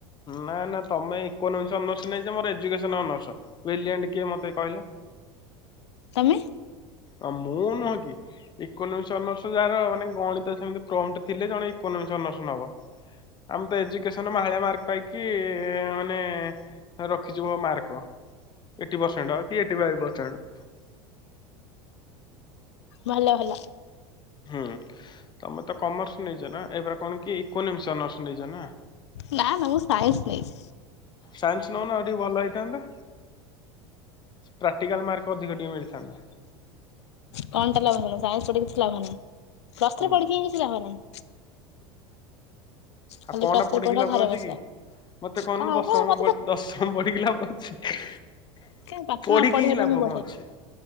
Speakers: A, on the left; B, on the left.
A: ନା ନା ତମେ ଇକୋନୋମିକ ଅନରସ ନେଇଛ ମୋର ଏଜୁକେସନ୍ ଅନରସ୍ ବ୍ରିଲିଆଣ୍ଟ କିଏ ମୋତେ କହିଲ?
B: ତମେ?
A: ହଁ ମୁଁ ନୁହଁ କି ଇକୋନମିସ ଅନରସ ଯାର ମାନେ ଗଣିତ ସେମିତି ପ୍ରଣ୍ଟ ଥିଲେ ଜଣେ ଇକୋନୋମିକ୍ ଅନରସ୍ ନବ। ଆମେ ତ ଏଜୁକେସନ ମାହଳିଆ ମାର୍କ ପାଇକି ମାନେ ରଖିଛି ମୋ mark eight percent eight five percent.
B: ଭଲ ଭଲ।
A: ହୁଁ ତମେ ତ କମର୍ସ ନେଇଛ ନା ଏପରା କଣ କି? ଇକୋନମିକ୍ ଅନରସ୍ ନେଇଛ ନା?
B: ନା ନା ମୁଁ ସାଇନ୍ସ ନେଇଛି।
A: ସାଇନ୍ସ ନଉନ ଆଉ ଟିକେ ଭଲ ହେଇଥାନ୍ତା। ପ୍ରାକ୍ଟିକାଲ ମାର୍କ ଅଧିକ ଟିକେ ମିଳିଥାନ୍ତା।
B: କଣ ଟା ଲାଭ ନାହିଁ। ସାଇନ୍ସ ପଢିକି କିଛି ଲାଭ ନାହିଁ ପ୍ଲସ
A: ହୁଁ
B: ଥ୍ରୀ ପଢିକି ହଁ କିଛି ଲାଭ ନାହିଁ। ଖାଲି
A: ଆଉ କଅଁଟା
B: ପ୍ଲସ୍
A: ପଢିକି
B: ଥ୍ରୀ ପଢ
A: ଲାଭ
B: ଘରେ
A: ଅଛି
B: ବସ
A: କି? ମତେ କହନୁ
B: କଣ ହବ
A: ଦଶମ
B: ମତେ ତ
A: ଦଶମ ପଢିକି ଲାଭ ଅଛି।
B: କାଇଁ ପାଠ
A: ପଢିକି
B: ନ ପଢିବାଟା
A: ହିଁ ଲାଭ
B: ବଢିଆ
A: କଣ ଅଛି।